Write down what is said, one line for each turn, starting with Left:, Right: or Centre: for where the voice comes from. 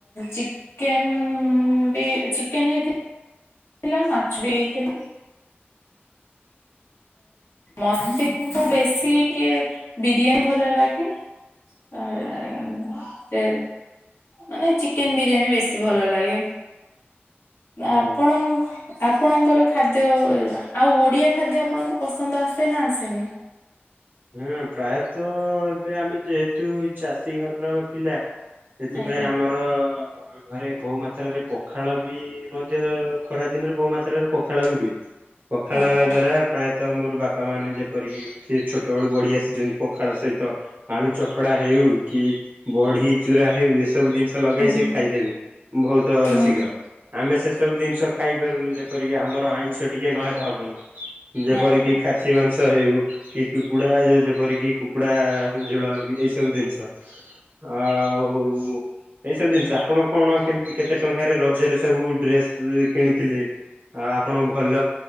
Left: ଚିକେନ ବି ଚିକେନ ହେଇଥି ଥିଲା ମାଛ ବି ହେଇଥିଲା ମୋତେ କିନ୍ତୁ ବେଶୀ ଟିକେ ବିରିୟାନୀ ଭଲ ଲାଗେ ଆ ଏ ମାନେ ଚିକେନ ବିରିୟାନୀ ବେଶୀ ଭଲ ଲାଗେ
Right: <inaudible>
Left: ଆପଣ
Right: ଆଜ୍ଞା।
Left: ଆପଣଙ୍କର ଖାଦ୍ୟ ଆଉ ଓଡିଆ ଖାଦ୍ୟ ଆପଣଙ୍କୁ ପସନ୍ଦ ଆସେ ନା ଆସେନି?
Right: ହଁ ପ୍ରାୟତଃ ଏବେ ଆମେ ଯେହେତୁ ଚାଷୀ ଘରର ପିଲା ସେଥିପାଇଁ
Left: ଆଜ୍ଞା
Right: ଆମର ଘରେ ବହୁ ମାତ୍ରାରେ ପଖାଳ ବି ମଧ୍ୟ ଖରା ଦିନରେ ବହୁ ମାତ୍ର ଥରେ ପଖାଳ ବି ହୁଏ ପଖାଳ
Left: ଆଜ୍ଞା
Right: ହେବା ଦ୍ଵାରା ପ୍ରାୟତଃ ମୋର ବାପା ମାନେ ଯେପରିକି ସେ ଛୋଟ ସେବେଳୁ ବଢି ଆସିଛନ୍ତି ପଖାଳ ସହିତ ଆଳୁ ଚକଡା ହେଉ କି ବଢି ଚୁରା ହେଉ ସେସବୁ ଜିନିଷ ଲଗାଇ
Left: ହୁଁ
Right: ସେ ଖାଇଦେବେ ବହୁତ
Left: ହୁଁ
Right: ଶୀଘ୍ର ଆମେ ସେସବୁ ଜିନିଷ ଖାଇପାରୁନୁ ଯେପରିକି ଆମର ଆଇଁଷ ଟିକେ ନହେଲେ ହବନି ଯେପରିକି
Left: ଆଜ୍ଞା
Right: ଖାସି ମାଂସ ହେଉ କି କୁକୁଡ଼ା ଯେପରିକି କୁକୁଡ଼ା ଝୋଳ ବି ଏଇ ସବୁ ଜିନିଷ ଆଉ ଏଇ ସବୁ ଜିନିଷ ଆପଣ କଣ କେମିତି କେତେ ଟଙ୍କାରେ ରଜରେ ସବୁ ଡ୍ରେସ କିଣିଥିଲେ? ଆଉ ଆପଣ ଭଲ